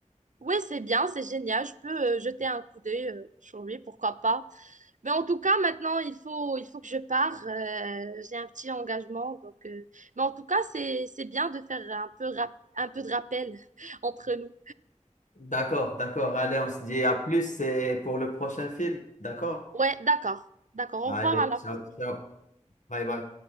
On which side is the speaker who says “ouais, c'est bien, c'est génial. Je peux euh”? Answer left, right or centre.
Right